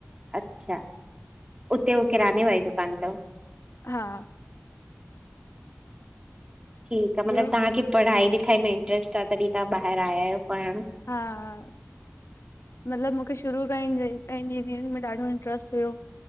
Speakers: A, on the right; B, on the left.
A: अच्छा उते उह किराने वारी दुकान अथव
B: हा
A: ठीकु आहे मतलब
B: ॿियो
A: तव्हांखे, पढ़ाई लिखाई में इंट्रेस्ट आहे, तॾहिं तव्हां ॿाहिरि आया आहियो पढ़णु?
B: हा हा मतिलबु मूंखे शुरू खांं इंजीनियरिंग में ॾाढो इंट्रस्ट हुयो।